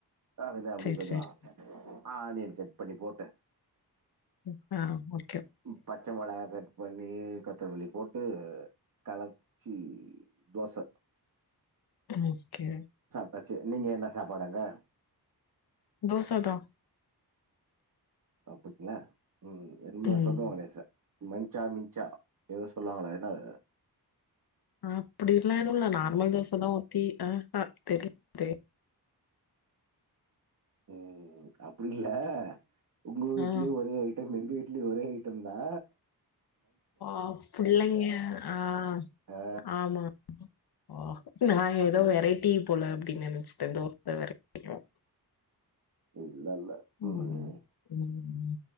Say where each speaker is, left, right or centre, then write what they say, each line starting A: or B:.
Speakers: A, on the right; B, on the left.
A: அதுல்ல அப்டியே
B: சேரி
A: கொஞ்சோ
B: சேரி
A: ஆனியன் கட் பண்ணி போட்டு
B: ம் ஆஹ் ஒ
A: பு பச்ச மொளகா கட் பண்ணி கொத்தமல்லி போட்டு களச்சி தோச
B: உஹ்ம் ஓகே
A: டாச்சு நீங்க என்ன சாப்பாடு அங்க
B: தோசதா
A: அப்புடியா உம் என்மா
B: ம்
A: சொல்லுவாங்களே சா மஞ்சா மிஞ்சா எதோ சொல்லுவாங்களே என்னது
B: ஆப்டில்லா எதுவு இல்ல நார்மல் தோச தா ஊத்தி அஹ்ஹ தெரியாது
A: உம் அப்டி இல்ல உங்க வீட்டிலேயு
B: ஆ
A: ஒரே ஐட்டம் எங்க வீட்டிலேயு ஒரே ஐ டம்தா
B: ஆப்பில்லைங்க ஆஹ்
A: ஆ
B: ஆமா ஓ நா ஏதோ
A: அ
B: வெரைட்டி போல அப்டின்னு நெனச்சுட்டே தோச வெரைட்டியு
A: இல்லல்ல உம்
B: ம் ம்